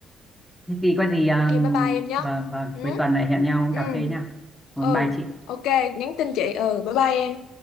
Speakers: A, in the centre; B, on the left.
A: thế thì có gì à,
B: ok bye bye em nhé
A: vâng vâng
B: ừ
A: cuối tuần lại hẹn nhau uống
B: ừ
A: cà phê nha Vâng,
B: ừ
A: bye chị
B: ok nhắn tin chị ừ bye bye em